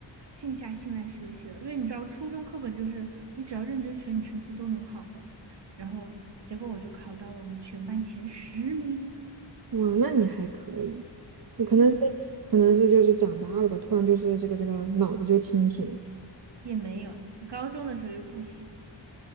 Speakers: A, on the right; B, on the right.
A: 静下心来学习了。因为你知道，初中课本就是你只要认真学，你成绩都能好的。然后结果我就考到了我们全班前十名，
B: 哇，那你还可以，有可能是可能是就是长大了吧，
A: 嗯，
B: 突然就是这个这个脑子就清醒了。
A: 也没有。高中的时候又不行了。